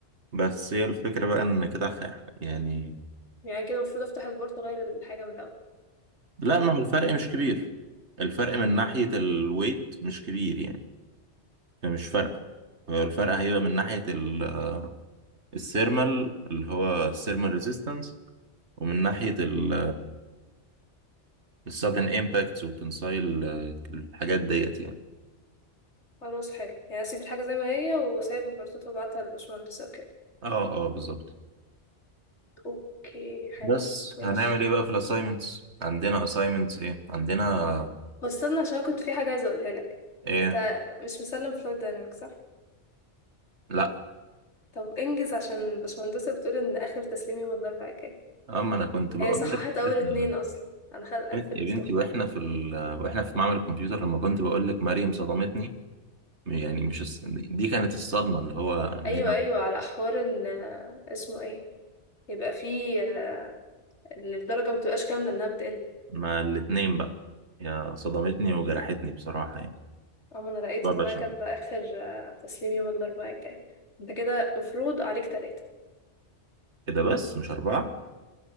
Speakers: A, on the right; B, on the left.
A: بس هي الفكره بقى ان كده خ- يعني
B: يعني كده المفروض افتح البورت اغير الحاجه من الاول
A: لا
B: صح
A: ما هو الفرق مش كبير الفرق من ناحيه الويت مش كبير يعني فمش فارقه هو الفرق هيبقى من ناحيه ال- السيرمال اللي هو السيرمال ريزيستنس ومن ناحية ال السادن امباكتس والتنسايل الحاجات ديت يعني
B: خلاص حلو يعني اسيب الحاجه زي ما هي واسيب البورتات وابعتها للبشمهندس وكده
A: اه اه بالظبط
B: اوكي حلو
A: بس
B: ماشي
A: هنعمل ايه بقى في الاساينمنتس عندنا اساينمنتس ايه عندنا
B: بس استنى عشان كنت في حاجه عايزه اقولها لك
A: ايه
B: انت مش مسلم فلايت دايناميك صح
A: لا
B: طب انجز عشان البشمهندسة بتقول ان اخر تسليم يوم الاربعاء الجاي
A: اما انا كنت بقول
B: هي صححت
A: لك
B: اول
A: كده
B: اتنين اصلا انا خل- قفلتهم
A: يا بنتي واحنا في ال... واحنا في معمل الكمبيوتر لما كنت بقول لك مريم صدمتني يعني مش الص... دي كانت الصدمة اللي هو ان
B: ايوه
A: هي
B: ايوه على حوار ان آه، اسمه ايه يبقى فيه آه، ان الدرجه ما بتبقاش كامله انها بتقل
A: ما الاتنين بقى يا صدمتني وجرحتني بصراحة يعني
B: اما انا لقيت
A: طب
B: انها
A: عشان
B: كاتبه اخر آه، تسليم يوم الاربعاء الجاي انت كده مفروض عليك تلاتة
A: كده بس مش أربعة